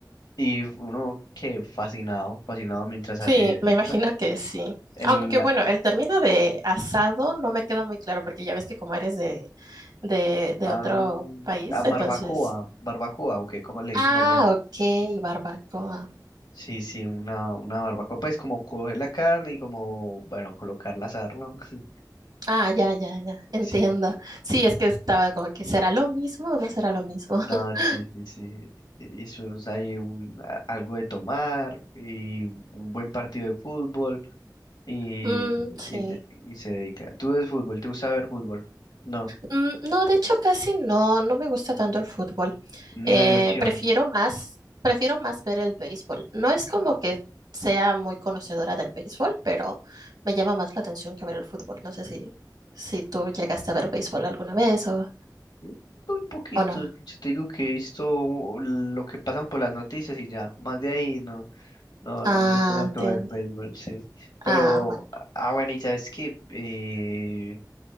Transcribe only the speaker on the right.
Sí,
me imagino que sí.
Aunque bueno, el término de asado no me queda muy claro porque ya ves que como eres de, de, de
otro país,
entonces...
Ah,
ok, barbacoa.
Ah, ya, ya, ya, entiendo.
Sí, es que estaba como que será lo mismo o no será lo mismo.
<laughs>
Mm, sí.
Mm, No, de hecho casi no, no me gusta tanto el fútbol.
Eh,
prefiero más, prefiero más ver el béisbol. No es como que sea muy conocedora del béisbol, pero me llama más la atención que ver el fútbol. No sé si, si tú llegaste a ver béisbol alguna vez o,
o no.
Ah,
entiendo.
Ah, bueno.